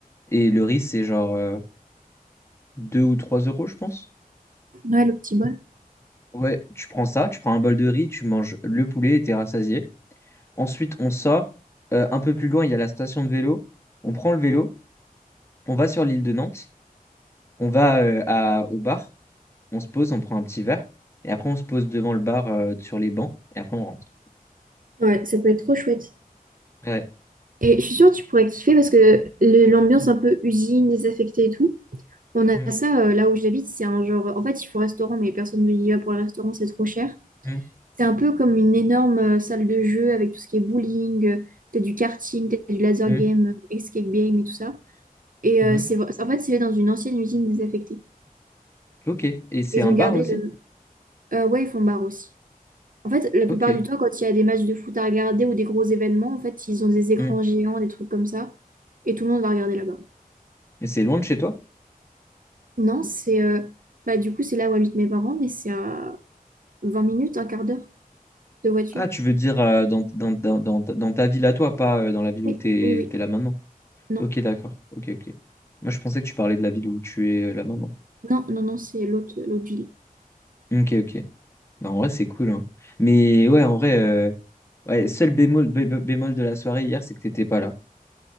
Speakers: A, on the left; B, on the right.
A: Et le riz, c'est genre euh, 2 ou 3 euros, je pense.
B: Ouais, le petit bol.
A: Ouais, tu prends ça, tu prends un bol de riz, tu manges le poulet et t'es rassasié. Ensuite, on sort. euh, un peu plus loin, il y a la station de vélo. On prend le vélo, on va sur l'île de Nantes, on va euh, à, au bar, on se pose, on prend un petit verre. Et après, on se pose devant le bar euh, sur les bancs. Et après, on rentre.
B: Ouais, ça peut être trop chouette.
A: Ouais.
B: Et je suis sûre que tu pourrais kiffer parce que le- l'ambiance un peu usine, désaffectée et tout, On a
A: Mm,
B: ça euh, là où j'habite, c'est un genre. En fait, il faut restaurant, mais personne ne y va pour le restaurant, c'est trop cher.
A: mm,
B: C'est un peu comme une énorme euh, salle de jeu avec tout ce qui est bowling, euh, t'as du karting, t'as du laser
A: mm,
B: game, euh, escape game et tout ça. Et
A: mhm.
B: euh, c'est en fait, c'est fait dans une ancienne usine désaffectée.
A: Ok. Et c'est
B: Ils
A: un
B: ont
A: bar
B: gardé
A: aussi?
B: le. euh, ouais, ils font bar aussi. En fait, la
A: Ok.
B: plupart du temps, quand il y a des matchs de foot à regarder ou des gros événements, en fait, ils ont des écrans
A: Hmm.
B: géants, des trucs comme ça, et tout le monde va regarder là-bas.
A: Et c'est loin de chez toi?
B: Non, c'est. euh, Bah, du coup, c'est là où habitent mes parents, mais c'est à 20 minutes, un quart d'heure. De voiture?
A: Ah, tu veux dire euh, dans, dans, dans, dans, ta dans ta ville à toi, pas euh, dans la ville
B: Oui,
A: où t'es,
B: oui, oui.
A: t'es là maintenant.
B: Non,
A: Ok, d'accord. Ok, ok. Moi, je pensais que tu parlais de la ville où tu es euh, là maintenant.
B: non, non, non, c'est l'autre, l'autre du lit.
A: Ok, ok. Bah, en vrai, c'est cool, hein. Mais ouais, en vrai, euh, ouais, seul bémol, bé- bé- bémol de la soirée hier, c'est que t'étais pas là.